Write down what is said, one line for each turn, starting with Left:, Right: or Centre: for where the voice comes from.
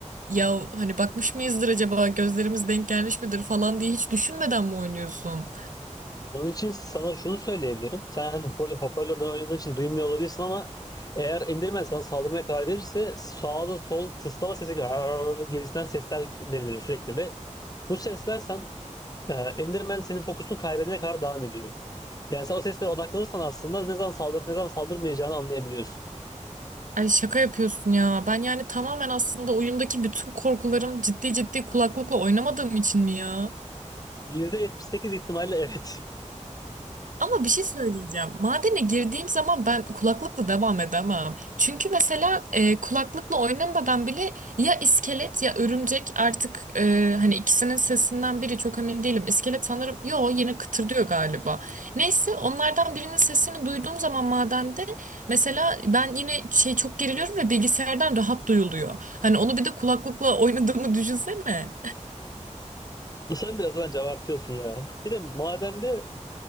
Right: ya hani bakmış mıyızdır acaba gözlerimiz denk gelmiş midir falan diye hiç düşünmeden mi oynuyorsun?
Left: Onun için sana şunu söyleyebilirim. Sen hani hoparlör, hoparlörden oynadığın için duymuyor olabilirsin ama eğer indirmen sana saldırmaya karar verirse sağda sol tıslama sesi gibi, <laughs> "Arr" gibisinden sesler beliriyor sürekli ve bu sesler sen e, Enderman senin fokusunu kaybedene kadar devam ediyor. Yani sen o seslere odaklanırsan aslında ne zaman saldırıp ne zaman saldırmayacağını anlayabiliyorsun.
Right: Ay şaka yapıyorsun ya. Ben yani tamamen aslında oyundaki bütün korkularım ciddi ciddi kulaklıkla oynamadığım için mi ya?
Left: %78 ihtimalle evet.
Right: Ama bir şey söyleyeceğim. Madene girdiğim zaman ben kulaklıkla devam edemem. Çünkü mesela e, kulaklıkla oynamadan bile ya iskelet ya örümcek artık e, hani ikisinin sesinden biri çok emin değilim. İskelet sanırım yo yine kıtırdıyor galiba. Neyse onlardan birinin sesini duyduğum zaman madende mesela ben yine şey çok geriliyorum ve bilgisayardan rahat duyuluyor. Hani onu bir de kulaklıkla oynadığımı düşünsene.
Left: <laughs> Sen biraz bence abartıyorsun ya. Bir de madende